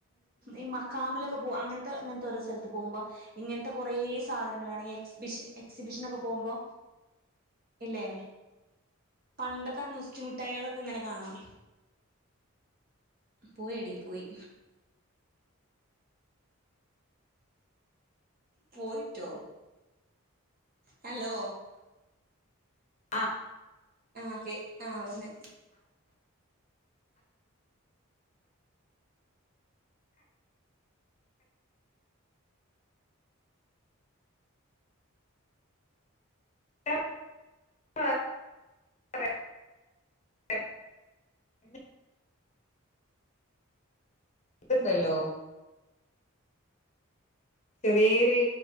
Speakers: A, on the right; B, on the left.
A: ഈ മക്കാമിലൊക്കെ പോ അങ്ങനത്തെ ഇങ്ങനത്തെ ഒരു സ്ഥലത്ത് പോകുമ്പോ ഇങ്ങനത്തെ കൊറെ സാധനങ്ങൾ കാണ ഈ എക്സിബിഷ എക്സിബിഷനൊക്കെ പോകുമ്പോ ഇല്ലേ പണ്ടത്തെ നോസ്റ്റുമുട്ടായികളൊക്കെ ഇങ്ങനെ കാണാം പോയടി പോയി പോയിട്ടോ ഹലോ
B: ആ
A: ആ ഓക്കെ ആഹ് വന്ന്
B: <unintelligible> ഇത്ണ്ടല്ലോ ചെറ്യേര്